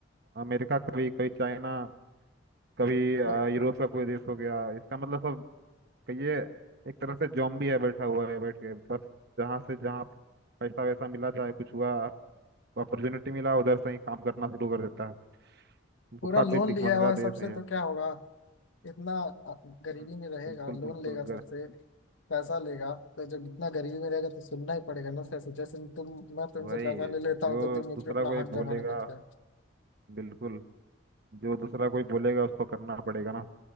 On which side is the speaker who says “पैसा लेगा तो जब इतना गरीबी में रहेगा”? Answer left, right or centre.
Left